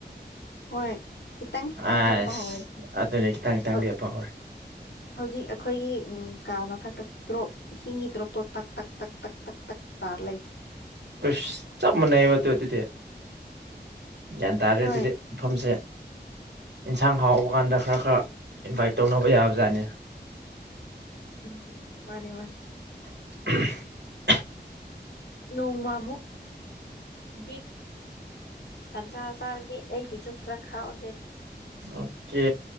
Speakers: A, on the left (about 75°); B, on the right (about 75°).
A: ꯍꯣꯏ ꯈꯤꯇꯪ ꯈꯤꯇꯪ
B: ꯑꯁ
A: ꯂꯦꯞꯄ ꯍꯧꯔꯦ
B: ꯑꯗꯨꯅꯤ ꯈꯤꯇꯪ ꯈꯤꯇꯪꯗꯤꯄꯍꯦ
A: ꯍꯧ ꯍꯧꯖꯤꯛ ꯑꯩꯈꯣꯏꯒꯤ ꯎ ꯀꯥ ꯃꯊꯛꯇ ꯗ꯭ꯔꯣꯞ ꯏꯁꯤꯡꯒꯤ ꯗ꯭ꯔꯣꯞꯇꯣ ꯇꯛ ꯇꯛ ꯇꯛ ꯇꯛ ꯇꯛ ꯇꯛ ꯇꯥꯔ ꯂꯩ
B: ꯎꯝꯁ ꯆꯞ ꯃꯥꯟꯅꯩꯕ ꯑꯗꯨ ꯑꯗꯨꯗꯤ ꯒ꯭ꯌꯥꯟ ꯇꯥꯔꯦ
A: ꯍꯣꯏ
B: ꯑꯗꯨꯗꯤ ꯃꯐꯝꯁꯦ ꯌꯦꯟꯁꯥꯡ ꯍꯥꯎꯕ ꯀꯥꯟꯗ ꯈꯔ ꯈꯔ ꯏꯟꯚꯥꯏꯠ ꯇꯧꯅꯕ ꯌꯥꯕꯖꯥꯠꯅꯤ
A: ꯎꯝ ꯃꯥꯅꯦ ꯃꯥꯅꯦ
B: <unintelligible>
A: ꯅꯣꯡꯃꯥꯃꯨ ꯕꯤ ꯁꯟꯁꯥ ꯆꯥꯔꯗꯤ ꯑꯩꯒꯤꯁꯨ ꯄꯨꯔ ꯈꯥꯎꯁꯦ
B: ꯑꯣꯀꯦ